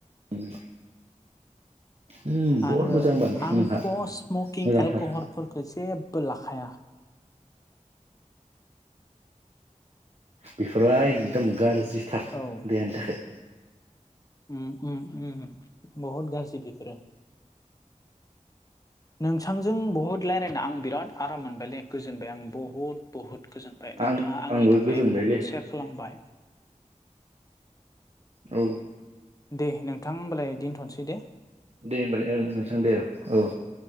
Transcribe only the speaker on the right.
उम उम बहुत
मोजां होमबा नोंथां
नोंहा
मोजांथार
बेफोरो एकदम
गाज्रिथार
जेनि थाखाय
आं
आंबो
गोजोनबायलै
औ
दे होमबालाय नोंथां दे औ